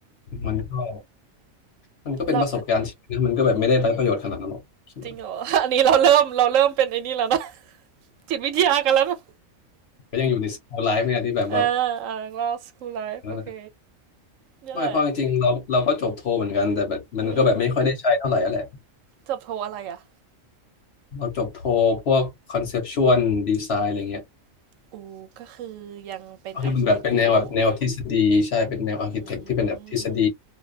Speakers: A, on the left; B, on the right.
A: มันก็มันก็เป็นประสบการณ์ชีวิตนะมันก็แบบไม่ได้ไร้ประโยชน์ขนาดนั้นหรอกคิดว่า
B: เราจริงเหรอ อันนี้เราเริ่มเราเริ่มเป็นไอ้นี่แล้วนะจิตวิทยากันแล้วนะ
A: ก็ยังอยู่ในสโตไลฟ์เนี่ยที่แบบว่า
B: เอออ่าเราสคูลไลฟ์โอเค
A: เออ
B: นี่แหละ
A: ไม่เพราะจริงๆเราเราก็จบโทรเหมือนกันแต่แบบมันก็แบบไม่ค่อยได้ใช้เท่าไหร่อะไร
B: อืมจบโทอะไรอ่ะ
A: เราจบโทพวกคอนเซปชวลดีไซน์อะไรเงี้ย
B: อูก็คือยังเป็นอาร์เคเทคอยู่
A: ก็คือมันแบบเป็นแนวแบบแนวทฤษฎีใช่เป็นแนวอาร์เคเต็กที่เป็นแบบทฤษฎี
B: อืม